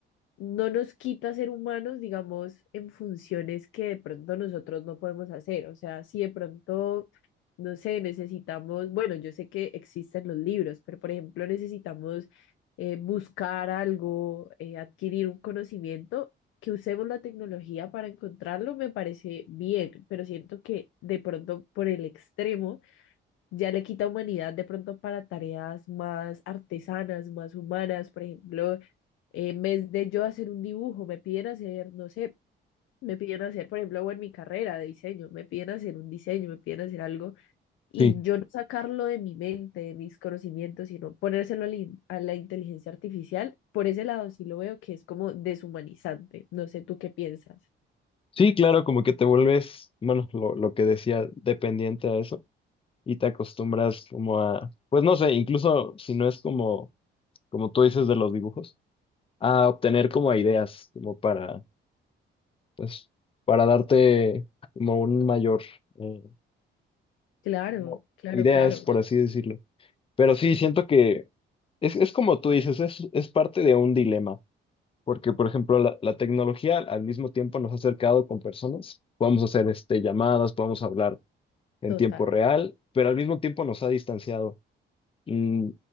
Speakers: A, on the left (about 80°); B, on the left (about 25°).
A: no nos quita ser humanos, digamos, en funciones que de pronto nosotros no podemos hacer. O sea, si de pronto, no sé, necesitamos, bueno, yo sé que existen los libros, pero por ejemplo, necesitamos eh, buscar algo, eh, adquirir un conocimiento. Que usemos la tecnología para encontrarlo me parece bien, pero siento que de pronto por el extremo ya le quita humanidad de pronto para tareas más artesanas, más humanas. Por ejemplo, en vez de yo hacer un dibujo, me piden hacer, no sé, me piden hacer, por ejemplo, o en mi carrera de diseño, me piden hacer un diseño, me piden hacer algo, y
B: sí.
A: yo no sacarlo de mi mente, de mis conocimientos, sino ponérselo a la, in- a la inteligencia artificial. Por ese lado sí lo veo que es como deshumanizante. No sé, ¿tú qué piensas?
B: Sí, claro, como que te vuelves, bueno, lo, lo que decía, dependiente a eso y te acostumbras como a, pues no sé, incluso si no es como, como tú dices de los dibujos, a obtener como ideas, como para, pues, para darte como un mayor, eh,
A: Claro,
B: como
A: claro,
B: ideas,
A: claro,
B: por así decirlo. Pero sí, siento que es, es como tú dices, es, es parte de un dilema, porque por ejemplo la, la tecnología al mismo tiempo nos ha acercado con personas, podemos hacer este, llamadas, podemos hablar en
A: total.
B: tiempo real, pero al mismo tiempo nos ha distanciado. Mm,